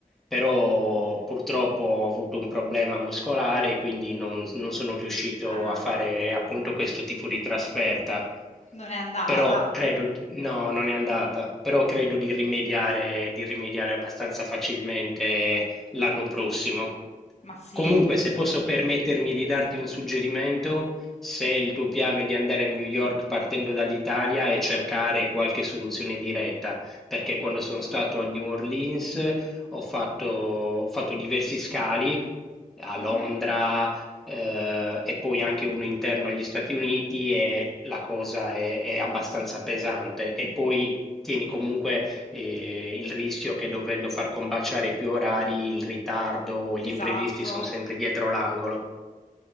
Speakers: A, in the centre; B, on the left.
A: però purtroppo ho avuto un problema muscolare, e quindi non, non sono riuscito
B: Ah,
A: a fare appunto questo tipo di trasferta.
B: non è andata.
A: Però credo, di- no, non è andata, però credo di rimediare, di rimediare abbastanza facilmente l'anno prossimo.
B: Ma sì,
A: Comunque, se posso permettermi di darti un suggerimento, se il tuo piano è di andare a New York partendo dall'Italia e cercare qualche soluzione diretta, perché quando sono stato a New Orleans ho fatto, ho fatto diversi scali a
B: mh-mh,
A: Londra eh, e poi anche uno interno agli Stati Uniti e la cosa è, è abbastanza pesante. E poi tieni comunque eh, il rischio che dovendo far combaciare più orari, il ritardo, gli
B: esatto,
A: imprevisti sono sempre dietro l'angolo.